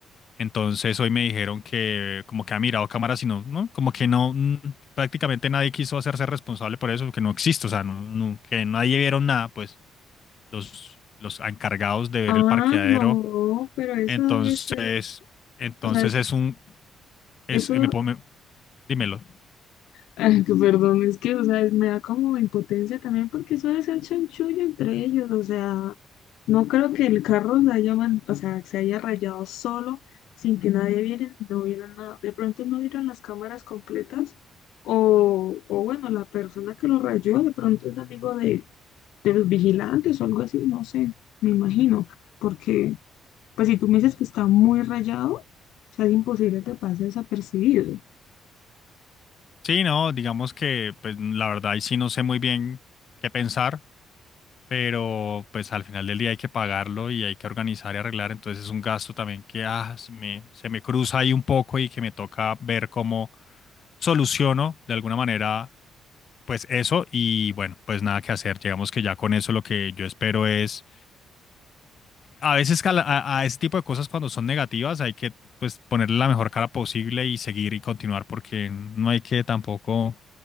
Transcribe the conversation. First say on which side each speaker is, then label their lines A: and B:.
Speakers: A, on the left; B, on the left.
A: Entonces hoy me dijeron que como que ha mirado cámaras y no, no, como que no, mm, prácticamente nadie quiso hacerse responsable por eso, que no existe, o sea, no, no- que nadie vieron nada, pues los, los encargados de ver
B: Ah,
A: el parqueadero.
B: no, pero eso
A: Entonces,
B: debe ser,
A: entonces
B: o sea, es-
A: es un es,
B: eso
A: eh, me, puedo- me- dímelo.
B: Ay, que perdón, es que, o sea, es- me da como impotencia también porque eso debe ser chanchullo entre ellos, o sea, no creo que el carro se haya, man- o sea, se haya rayado solo sin que nadie viera, no viera nada, de pronto no vieron las cámaras completas o, o bueno, la persona que lo rayó de pronto es amigo de, de los vigilantes o algo así, no sé, me imagino, porque pues si tú me dices que está muy rayado, o sea, es imposible que pase desapercibido.
A: Sí, no, digamos que pues la verdad ahí sí no sé muy bien qué pensar, pero pues al final del día hay que pagarlo y hay que organizar y arreglar, entonces es un gasto también que ah, se me, se me cruza ahí un poco y que me toca ver cómo soluciono de alguna manera pues eso y bueno, pues nada que hacer, digamos que ya con eso lo que yo espero es a veces cala- a, la- a a ese tipo de cosas cuando son negativas hay que pues ponerle la mejor cara posible y seguir y continuar porque no hay que tampoco,